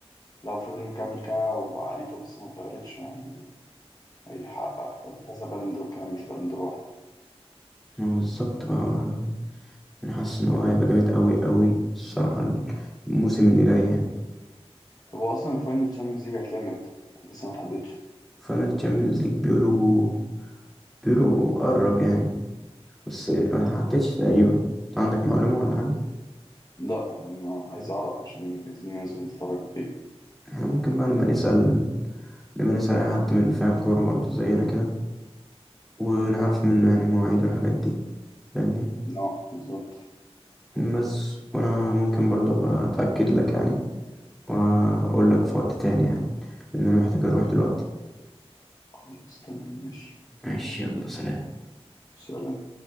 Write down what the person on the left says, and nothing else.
لو فضل مكمل كده وعقليته بس ما اتغيرتش هي... هيحقق كذا بالون دور كمان مش بالون دور واحدة
طب هو أصلا الفاينل تشامبيونز ليج هيتلعب امتى؟ لسه ما اتحددش
لا أنا عايز أعرف عشان عايزين ننزل نتفرج عليه
لا بالظبط
خلاص تمام ماشي
سلام